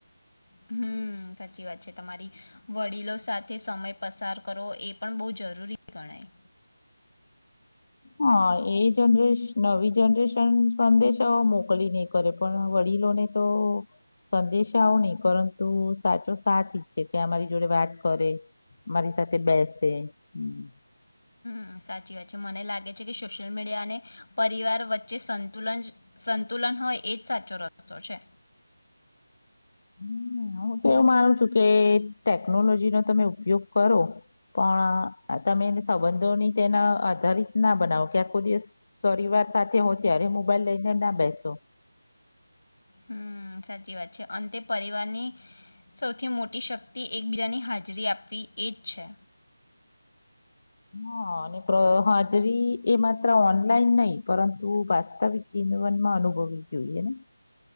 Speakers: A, on the left; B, on the left.
A: હમ્મ, સાચી વાત છે તમારી. વડીલો સાથે સમય પસાર કરો એ પણ બહુ જરૂરી ગણાય.
B: હા, એ જનરેશ નવી જનરેશન સંદેશા મોકલી નહી કરે પણ વડીલોને તો સંદેશ આઓ નહી પરંતુ સાચો સાથ ઇકછે કે અમારી જોડે વાત કરે મારી સાથે બેસે હમ્મ.
A: હા, સાચી વાત છે. મને લાગે છે કે સોશિયલ મીડિયા અને પરિવાર વચ્ચે સંતુલન જ સંતુલન હોય એજ સાચો રસ્તો છે.
B: હમ્મ, હું તો એવું માનું છું કે ટેકનોલોજી નો તમે ઉપયોગ કરો પણ અહ તમે સંબંધોની તેના આધારિત ના બનાવો કે આખો દિવસ પરિવાર સાથે હો ત્યારે મોબાઈલ લઈને ના બેસો.
A: હમ્મ, સાચી વાત છે. અંતે પરિવારની સૌથી મોટી શક્તિ એકબીજાની હાજરી આપવી એ જ છે.
B: હા અને પ્ર હાજરી એ માત્ર ઓનલાઈન નહી પરંતુ વાસ્તવિક જીનવનમાં અનુભવવી જોઈએ ને.